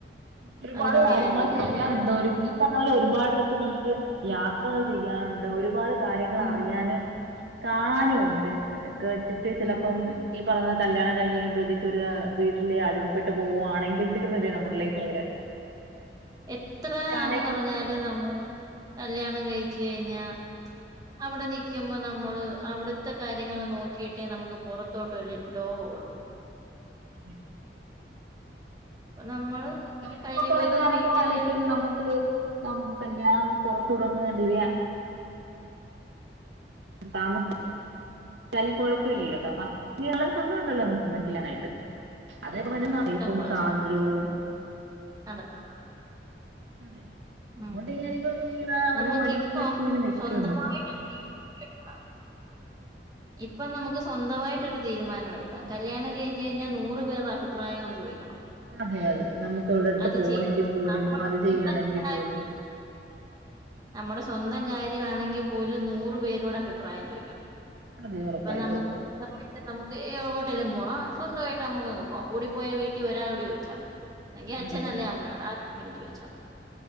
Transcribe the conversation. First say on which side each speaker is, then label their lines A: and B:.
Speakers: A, on the right; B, on the right.
A: ഒരുപാട്
B: അതിനോട്
A: കാര്യങ്ങൾ
B: ഞാൻ യോജിക്കുന്നു
A: ചെയ്യാറുണ്ട് ഒരു- ഈ പറഞ്ഞ പോലെ ഒരു പടെടുത്ത് നമുക്ക് യാത്രകൾ ചെയ്യാനുണ്ട് ഒരുപാട് കാര്യങ്ങൾ
B: ഉം
A: അറിയാനും- കാണാനുണ്ട് അതൊക്കെ വെച്ചിട്ട് ചെലപ്പം
B: ഉം
A: ഈ പറഞ്ഞ- കല്യാണം കഴിഞ് കഴിയുമ്പഴത്തേക്കക്ക് ഒരു വീട്ടിലെ അടിമപ്പെട്ട് പോവുകവാണെങ്കിൽ തീർന്നില്ലേ നമ്മുടെ- അവിടെ
B: എത്ര
A: അതൊക്കെ
B: ആന്ന്
A: ആലോചിക്കുമ്പോഴത്തേക്ക്
B: പറഞ്ഞാലും നമ്മള്- കല്യാണം കഴിച്ച് കഴിഞ്ഞ- അവിടെ നിക്കുമ്പോ നമ്മള് അവിടുത്തെ കാര്യങ്ങള് നോക്കിയിട്ടേ നമുക്ക് പുറത്തോട്ട് ഒരു ലോക- ഓള്
A: അതെ
B: അപ്പൊ നമ്മള്
A: അതൊക്കെ വെച്ച്
B: കഴിവതും
A: നോക്കുവാണെങ്കിൽ ഞാനപ്പോ
B: വീട്ടിൽ
A: വലയ്ക്കും
B: തന്നെ
A: നമുക്ക് നമുക്ക് കല്യാണം കൊറച്ചൂടെ ഒന്ന് ഡിലേ ആ താമസം ക്കിയാലും കുഴപ്പമില്ലല്ലോ അപ്പോ എല്ലാം സമയം ഉണ്ടല്ലോ നമുക്ക് ഇങ്ങനെ ചെയ്യാനായിട്ട് <unintelligible>
B: വേണം. ഇഷ്ടം പോലെ
A: സ്വാതന്ത്ര്യവും
B: സമയം കണ്ടെത്താം
A: അതേ അതുകൊണ്ട്
B: ഉം
A: ഞാനിപ്പം ഇങ്ങനെ
B: നമുക്കിപ്പം
A: ഒരു മടിച്ച് മടിച്ച് ഇങ്ങനെ നിക്കാണ്
B: സ്വന്തമായിട്ടൊരു <unintelligible> ഇപ്പം നമുക്ക് സ്വന്തമായിട്ടൊരു തീരുമാനം എടുക്കാം കല്യാണം കഴിഞ്ഞ് കഴിഞ്ഞാൽ നൂറ് പേരുടെ അഭിപ്രായങ്ങള് ചോദിക്കണം
A: അതെ അതെ നമുക്ക് എവിടെ അടുത്ത്
B: അത്
A: പോണമെങ്കിൽ
B: ചെയ്തോണ്ട്
A: പോലും
B: നമ്മുടെ
A: അത് ചെയ്യണമെങ്കിൽ
B: സ്വന്തം കാര്യം
A: പോലും
B: നമ്മുടെ സ്വന്തം കാര്യമാണെങ്കിൽ പോലും നൂറ് പേരോട് അഭിപ്രായം ചോദിക്കണം
A: അതെ ഉറപ്പായിട്ടും
B: ഇപ്പൊ നമുക്ക് <unintelligible> എങ്ങോട്ടേലും പോണം സ്വന്തമായിട്ട് നമ്മുക്കങ്ങ് പോകാം കൂടി പോയാ വീട്ടിൽ ഒരാളോട് ചോദിച്ചാൽ മതി ഒന്നെങ്കിൽ അച്ഛനല്ലേ
A: അതെ
B: അമ്മയോട് ആരോടെങ്കിലും എങ്ങനെ ചോദിച്ചാൽ മതി